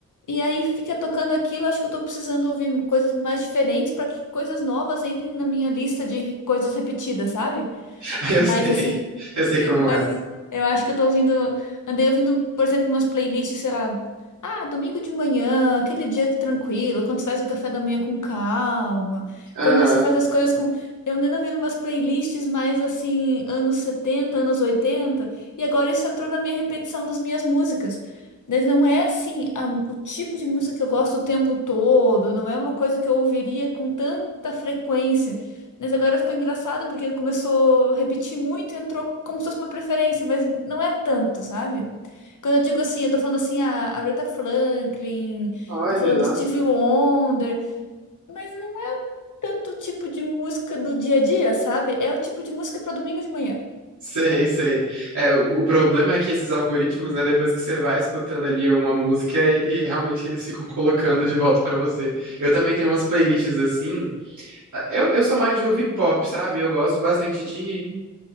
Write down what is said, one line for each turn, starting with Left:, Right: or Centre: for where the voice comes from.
Left: E aí fica tocando aquilo. Acho que eu tô precisando ouvir coisas mais diferentes para que coisas novas entrem na minha lista de coisas repetidas, sabe?
Right: <laughs> Eu
Left: Mas
Right: sei,
Left: assim,
Right: eu sei como
Left: mas
Right: é.
Left: eu acho que eu tô ouvindo. Andei ouvindo, por exemplo, umas playlists, sei lá. Ah, domingo de manhã, aquele dia tranquilo, quando você faz o café da manhã com calma,
Right: Aham.
Left: quando você faz as coisas com. Eu andei ouvindo umas playlists mais assim, anos 70 anos 80 e agora isso entrou na minha repetição das minhas músicas. Mas não é assim, a- o tipo de música que eu gosto o tempo todo, não é uma coisa que eu ouviria com tanta frequência. Mas agora ficou engraçado porque começou a repetir muito e entrou como se fosse uma preferência, mas não é tanto, sabe? Quando eu digo assim, eu tô falando assim a Aretha Franklin,
Right: Olha,
Left: tô falando
Right: nossa.
Left: Stevie Wonder, mas não é tanto o tipo de música do dia a dia, sabe? É o tipo de música pra domingo de manhã.
Right: Sei, sei. É, o, o problema é que esses algoritmos, né, depois que você vai escutando ali uma música, ele realmente eles ficam colocando de volta pra você. Eu também tenho umas playlists assim. Ah, Eu, eu sou mais de ouvir pop, sabe? Eu gosto bastante de